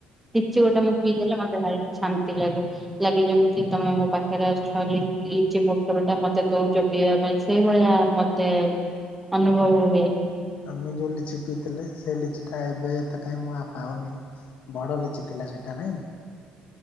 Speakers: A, in the centre; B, on the left.
A: କିଛି ଗୋଟେ ମୁଁ ପିଇ ଦେେଲେ ମତେ ଭାରି ଛାନ୍ତି ଲାଗେ ଲାଗେ ଯେମିତି ତମେ ମୋ ପାଖ ପାଖରେ ଅଛ ଲିଚି ବୋଟଲ ଟା ମତେ ଦଉଛ ପିଇବା ପାଇଁ ସେଇଭଳିଆ ମତେ ଅନୁଭବହୁଏ।
B: ଆମେ ଯୋଉ ଲିଚି ପିଇଥିଲେ ସେ ଲିଚି ଟା ଏବେ ତ କାହିଁ ମୁଁ ପାଉନି ବଡ ଲିଚି ଟେ। ଟା ସେଇଟା ନାଇ?